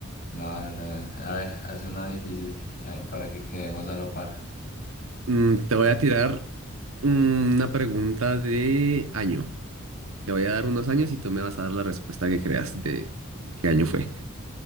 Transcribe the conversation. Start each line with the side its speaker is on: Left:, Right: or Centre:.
Left: No, no, no. A ver, hace una difícil eh, para que quedemos a la par.
Right: Mm, te voy a tirar una pregunta de año. Te voy a dar unos años y tú me vas a dar la respuesta que creas de qué año fue.